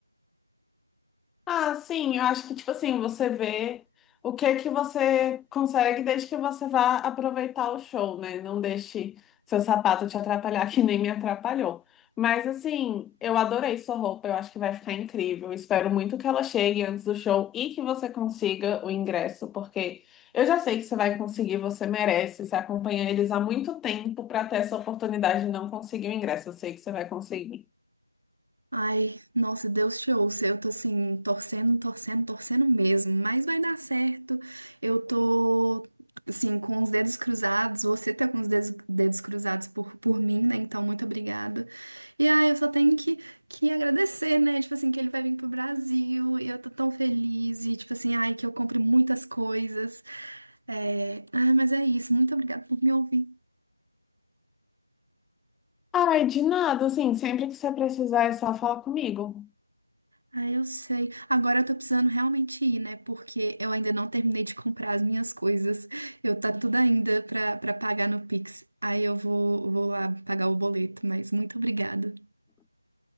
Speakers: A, in the centre; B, on the right.
A: Ah, sim, eu acho que, tipo assim, você vê o que é que você consegue desde que você vá aproveitar o show, né? Não deixe seu sapato te atrapalhar, <laughs> que nem me atrapalhou. Mas, assim, eu adorei sua roupa, eu acho que vai ficar incrível. Espero muito que ela chegue antes do show e que você consiga o ingresso, porque eu já sei que você vai conseguir, você merece. Você acompanha eles há muito tempo para ter essa oportunidade de não conseguir o ingresso. Eu sei que você vai conseguir.
B: Ai, nossa, Deus te ouça. Eu tô assim, torcendo, torcendo, torcendo mesmo, mas vai dar certo. Eu tô, assim, com os dedos cruzados. Você tá com os dedos, dedos cruzados por, por mim, né? Então, muito obrigada. E ai, eu só tenho que, que agradecer, né? Tipo assim, que ele vai vir pro Brasil e eu tô tão feliz. E, tipo assim, ai, que eu compre muitas coisas. É... Ai, mas é isso. Muito obrigada por me ouvir.
A: Ai, de nada, assim, sempre que você precisar é só falar comigo.
B: Ah, eu sei. Agora eu tô precisando realmente ir, né? Porque eu ainda não terminei de comprar as minhas coisas. Eu tá tudo ainda pra, pra pagar no Pix. Aí eu vou, vou lá pagar o boleto, mas muito obrigada.